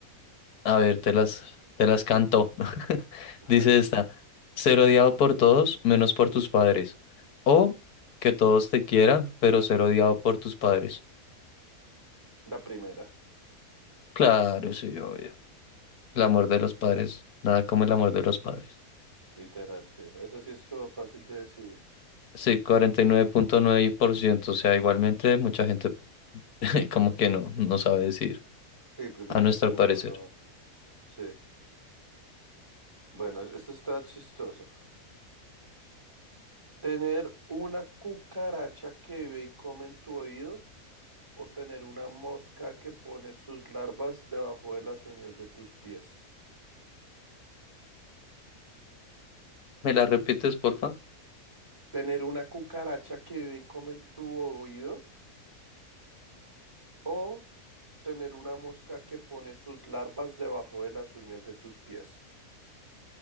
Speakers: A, on the left; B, on the right.
A: A ver, te las, te las canto. <laughs>
B: <laughs>
A: Dice esta, ser odiado por todos menos por tus padres. O que todos te quieran, pero ser odiado por tus padres.
B: La primera,
A: Claro, sí, obvio. El amor de los padres, nada como el amor de los padres.
B: literal, sí. Esa sí estuvo fácil de decir.
A: Sí, cuarenta nueve nueve punto nueve por ciento o sea, igualmente mucha gente <laughs> como que no, no sabe decir,
B: Sí, prefiere
A: a nuestro
B: que todo el
A: parecer.
B: mundo lo ame. Sí. Bueno, esto está chistoso. ¿Tener una cucaracha que vive y come en tu oído o tener una mosca que pone sus larvas debajo de las uñas de tus pies?
A: ¿Me la repites, porfa?
B: ¿Tener una cucaracha que vive y come en tu oído o tener una mosca que pone sus larvas debajo de las uñas de tus pies?